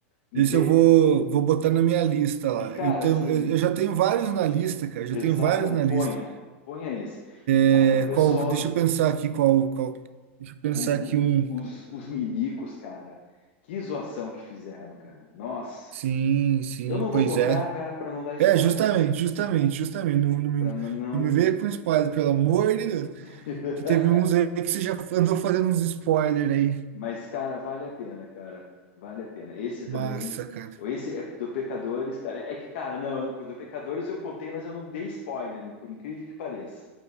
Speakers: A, on the left; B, on the right.
A: Entende?
B: Isso eu vou, vou botar na minha lista lá.
A: E, cara,
B: Eu tenho,
A: assim,
B: eu, eu já tenho vários na lista, cara. Já
A: exatamente,
B: tenho vários na
A: ponha,
B: lista.
A: ponha esse. E, cara,
B: É,
A: o pessoal,
B: qual, deixa eu pensar aqui qual, qual. Deixa eu pensar
A: o-
B: aqui um.
A: o- os, os milicos, cara, que zoação que fizeram, cara. Nossa,
B: Sim, sim,
A: eu não
B: pois
A: vou contar,
B: é.
A: cara, pra não dar spoiler,
B: É, justamente, justamente, justamente. Não, não me,
A: pra n- não.
B: não me veio com spoiler, pelo amor de Deus.
A: <laughs>
B: Que teve uns aí que você já andou fazendo uns spoiler aí.
A: Mas, cara, vale a pena, cara, vale a pena. Esse
B: Massa,
A: também,
B: cara.
A: ou esse é do Pecadores, cara. É que, cara, não, do Pecadores eu contei, mas eu não dei spoiler, hein, por incrível que pareça.